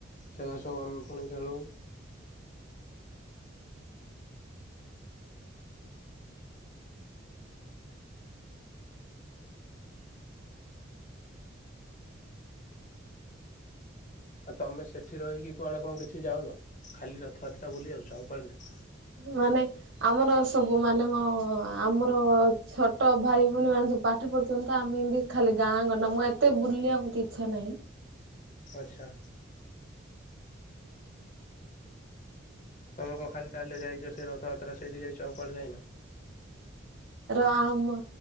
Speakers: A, on the left (about 40°); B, on the right (about 75°).
A: ସେଗୁରା ସବୁ ଆମେ ପୁଣି ଖେଳୁ। ଆଉ ତମେ ସେଠି ରହିକି କୁଆଡେ କଣ କିଛି ଯାଉନ? ଖାଲି ରଥଯାତ୍ରା ବୁଲି ଯାଉଛ, ଆଉ କୁଆଡେ ନାହିଁ?
B: ମାନେ ଆମର ସବୁ, ମାନେ ମ ଆମର ଛୋଟ ଭାଇ ଭଉଣୀ ମାନେ ସବୁ ପାଠ ପଢୁଛନ୍ତି ତ, ଆମେ ଏମିତି ଖାଲି ଗାଁ ଗଣ୍ଡା ମୁଁ ଏତେ ବୁଲିବା? ମୋତେ ଇଚ୍ଛା ନାହିଁ।
A: ଆଚ୍ଛା। ତମେ କ ଖାଲି ତାହେଲେ ଯାଇଛ ସେ ରଥଯାତ୍ରା? ସେଇଠି ଯାଇଛ, ଆଉ କୁଆଡ଼େ ଯାଇନା?
B: <inaudible> ର ଆମ